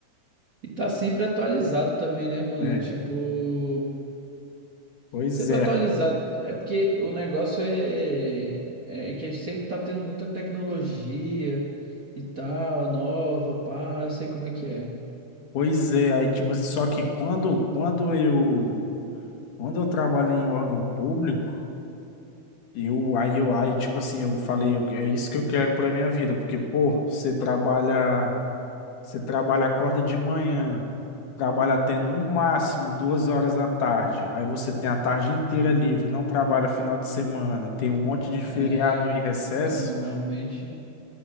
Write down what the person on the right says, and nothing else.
E tá sempre atualizado também, né, mano?
Tipo.
Sempre
atualizado. É porque o negócio é, é é que sempre tá tendo muita tecnologia e tal, nova, pá, eu sei como é que é.
É,
é, não, realmente,